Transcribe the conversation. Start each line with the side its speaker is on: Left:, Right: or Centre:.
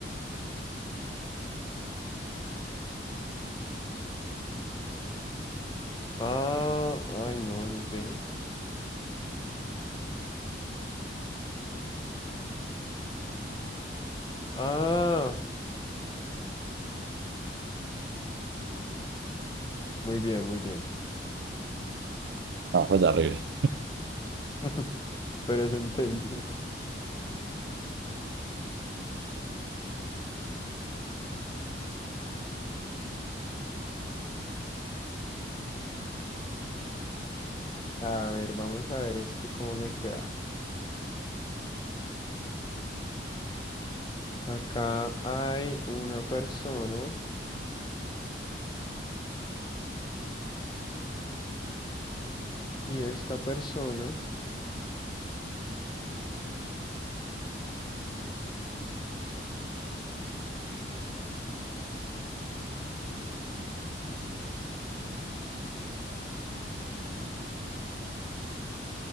Left: Ah, ay, no, no sé. Ah, muy bien, muy bien.
Right: No, fue terrible.
Left: <laughs> Pero se entendió. A ver, vamos a ver este cómo me queda. Acá hay una persona y esta persona,